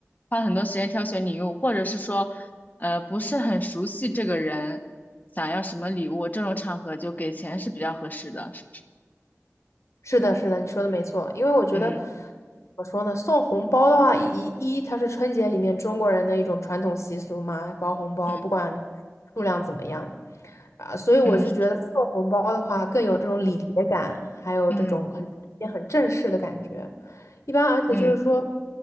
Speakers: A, on the left; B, on the left.
A: 花很多时间挑选礼物，或者是说，呃，不是很熟悉这个人，想要什么礼物，这种场合就给钱是比较合适的，是不是？
B: 是的，是的，你说的没错。因为我觉得，
A: 嗯
B: 怎么说呢，送红包的话，一一它是春节里面中国人的一种传统习俗嘛，包红包，
A: 嗯
B: 不管数量怎么样。啊，所以我就觉得送红包的话更有这种礼节感，
A: 嗯
B: 还有这种很很正式的感觉。
A: 嗯
B: 一般，而且就是说，
A: 嗯